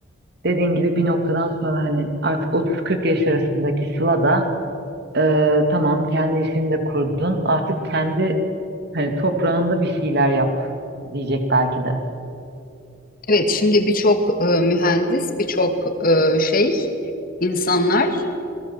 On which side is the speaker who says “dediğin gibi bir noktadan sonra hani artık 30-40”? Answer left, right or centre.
Right